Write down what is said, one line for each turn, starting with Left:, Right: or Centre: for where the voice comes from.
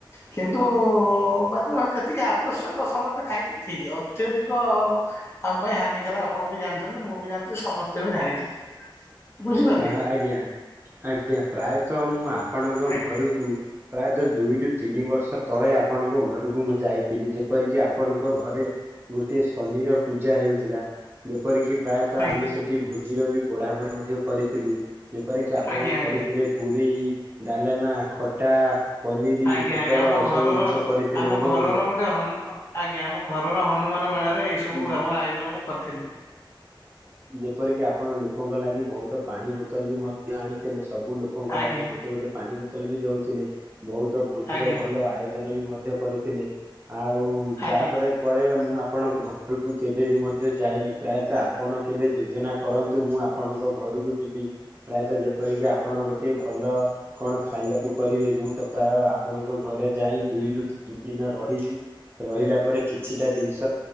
Left: କିନ୍ତୁ-ଉ ବାଦୁରୀ ମାଂସ ଯେତିକି ଆବଶ୍ୟକ ସମସ୍ତେ ଖାଇଲେ ଠିକ୍ ଅତ୍ୟଧିକ ଆମ ପାଇଁ ହାନିକାର ଆପଣ ବି ଜାଣିଚନ୍ତି। ମୁଁ ବି ଜାଣିଚି, ସମସ୍ତେ ବି ଜାଣିଛନ୍ତି। ବୁଝିପାରିଲେ
Right: ପ୍ରା
Left: କି
Right: ଆଜ୍ଞା, ଆଜ୍ଞା ପ୍ରାୟତଃ ମୁଁ ଆପଣଙ୍କ
Left: ଆଜ୍ଞା
Right: ଘରକୁ ପ୍ରାୟତଃ ଦୁଇରୁ ତିନି ବର୍ଷ ତଳେ ଆପଣଙ୍କ ଘରକୁ ମୁଁ ଯାଇଥିଲି। ଯେପରିକି ଆପଣଙ୍କ ଘରେ ଗୋଟଏ ଶନିର ପୂଜା ହେଉଥିଲା। ଯେପରିକି ପ୍ରାୟତଃ,
Left: ଆଜ୍ଞା
Right: ଆମେ ସେଠି ଭୋଜିର ବି ବଢା ବଢ଼ି ମଧ୍ୟ କରିଥିଲୁ। ଯେପରିକି ଆପଣ
Left: ଆଜ୍ଞା ଆଜ୍ଞା
Right: କରିଥିଲେ ପୁରୀ, ଡାଲେମା, ଖଟା ପନିର,
Left: ଆଜ୍ଞା,
Right: ପୋଟଳ
Left: ଜ୍ଞା, ଆମ
Right: ଏସବୁ
Left: ଘରର
Right: ଜିନିଷ କରିଥିଲେ
Left: ଆମ
Right: ଏବଂ
Left: ଘରର
Right: ଲୋ
Left: ଗୋଟେ ହନୁ, ଆଜ୍ଞା, ଆମ ଘରର ହନୁମାନ ମେଳାରେ ଏଇ
Right: ଲୋ
Left: ସବୁ ଆମର ଆୟଜନ ମୁଁ କରିଥିଲି।
Right: ଯେପରିକି ଆପଣ ଲୋକଙ୍କ ଲାଗି ବହୁତ ପାଣି ବୋତଲ ବି ମଧ୍ୟ ଆଣିଥିଲେ ସବୁ ଲୋକ୍ କଙ୍କ
Left: ଆଜ୍ଞା
Right: ଲାଗି ଗୋଟେ ଗୋଟେ ପାଣି ବୋତଲ ବି ଦଉଥିଲେ। ବହୁତ ଭୋଜିର
Left: ଆଜ୍ଞା
Right: ଭଲ ଆୟୋଜନ ବି ମଧ୍ୟ କରିଥିଲେ, ଆଉ
Left: ଆଜ୍ଞା
Right: ତା'ପରେ
Left: ଆଜ୍ଞା
Right: ପରେ ମୁଁ ଆପଣଙ୍କ ଘରକୁ କେବେ ବିି ମଧ୍ୟ ଯାଇନି ପ୍ରାୟତଃ ଆ ପଣ କେବେ ଯୋଜନା କରନ୍ତୁ ମୁଁ ଆପଣଙ୍କ ଘରକୁ ଯିବି। ପ୍ରାୟତଃ ଯେପରିକି ଆପଣ ଗୋଟିଏ ଭଲ କଣ ଖାଇବାକୁ କରିବେ ମୁଁ ତ ପ୍ରାୟ ଆପଣଙ୍କ ଘରେ ଯାଇଁ ଦୁଇରୁ ତିନି ଦିନ ରହିବି। ରହିଲା ପରେ କିଛିଟା ଦିନିଷ